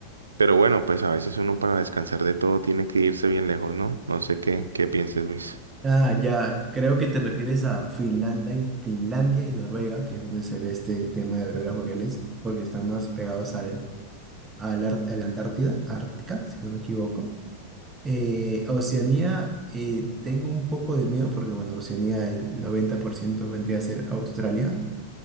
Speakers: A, on the right; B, on the right.
A: pero bueno, pues a veces uno para descansar de todo tiene que irse bien lejos, ¿no? No sé qué, qué pienses, Luis.
B: Ah, ya, creo que te refieres a Finlandia y, Finlandia y Noruega, que es donde se ve este tema de auroras boreales, porque están más pegados al a la, Ar- a la Antártida, Ártica, si no me equivoco. Eh, Oceanía, eh, tengo un poco de miedo porque, bueno, Oceanía el 90% vendría a ser Australia.